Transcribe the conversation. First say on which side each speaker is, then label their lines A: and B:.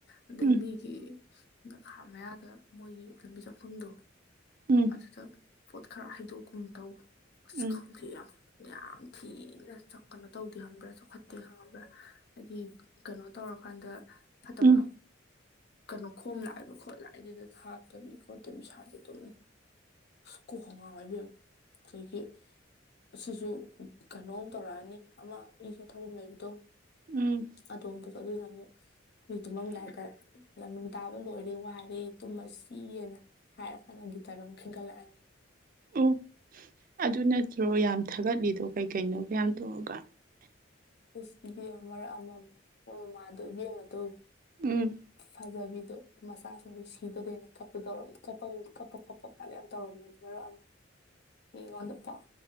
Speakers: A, on the left; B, on the right.
A: ꯑꯗꯩ
B: ꯎꯝ
A: ꯃꯤꯒꯤ ꯌꯦꯅꯈꯥ ꯃꯌꯥꯗ ꯃꯣꯏꯒꯤ ꯂꯝꯕꯤ ꯆꯪꯐꯝꯗꯣ
B: ꯎꯝ
A: ꯑꯗꯨꯗ ꯄꯣꯠ ꯈꯔ ꯍꯩꯗꯣꯛꯒꯨꯝ ꯇꯧ ꯑꯁ
B: ꯎꯝ
A: ꯈꯪꯗꯦ ꯌꯥꯝ ꯌꯥꯝ ꯊꯤꯅ ꯀꯩꯅꯣ ꯇꯧꯗꯦ ꯈꯪꯕꯔ꯭ ꯈꯣꯠꯇꯦ ꯈꯪꯉꯕ꯭ꯔꯥ ꯍꯥꯏꯗꯤ ꯀꯩꯅꯣ ꯇꯧꯔꯀꯥꯟꯗ ꯐꯠꯇꯕ
B: ꯎꯝ
A: ꯀꯩꯅꯣ ꯈꯣꯝ ꯂꯥꯛꯏꯕ ꯈꯣꯠꯂꯥꯛꯏꯗꯨꯗ ꯊꯥꯛꯇꯕꯤ ꯈꯣꯠꯇꯕꯤ ꯁ꯭ꯋꯥꯏꯗ ꯑꯗꯨꯝ ꯁꯨꯀꯣꯛ ꯀ ꯉꯥꯎꯏ ꯏꯕꯦꯝꯃ ꯑꯗꯒꯤ ꯁꯤꯁꯨ ꯀꯩꯅꯣꯝ ꯇꯧꯔꯛꯑꯅꯤ ꯑꯃ ꯑꯩꯁꯨ ꯊꯧꯔꯝ ꯂꯩꯕꯗꯣ
B: ꯎꯝ
A: ꯑꯇꯣꯝꯕꯗꯣ ꯑꯗꯨꯅ ꯑꯃꯨꯛ ꯃꯤ ꯇꯨꯝꯃꯝꯗꯥꯏꯗ ꯂꯪꯅꯨꯡ ꯇꯥꯕ ꯂꯣꯏꯔꯦ ꯋꯥꯔꯦ ꯇꯨꯝꯃꯁꯤꯌꯦꯅ ꯍꯥꯏꯔ ꯐꯅ ꯇꯔꯝꯈꯤꯒꯂꯅꯤ
B: ꯑꯣ ꯑꯗꯨ ꯅꯠꯇ꯭ꯔꯣ ꯌꯥꯝ ꯊꯥꯒꯠꯂꯤꯗꯣ ꯀꯩꯀꯩꯅꯣ ꯀꯌꯥꯝ ꯇꯧꯔꯒ
A: ꯑꯁ ꯏꯕꯦꯝ ꯃꯔꯛ ꯑꯃꯃ ꯃꯃꯥꯗꯣ ꯏꯕꯦꯝꯦꯝ ꯑꯗꯣ
B: ꯎꯝ
A: ꯐꯖꯕꯤꯗꯣ ꯃꯆꯥꯁꯤꯡꯗꯨꯣ ꯁꯤꯗꯗꯣꯏꯅ ꯀꯞꯄꯗꯧꯔ ꯀꯞꯄ ꯀꯞꯄ ꯀꯣꯞꯄ ꯑ ꯌꯥꯝ ꯇꯧꯔꯝꯃꯅꯤ ꯃꯔꯛ ꯑꯃ
B: ꯎ <unintelligible> <inaudible>
A: ꯃꯤꯉꯣꯟꯗ ꯄꯥꯎ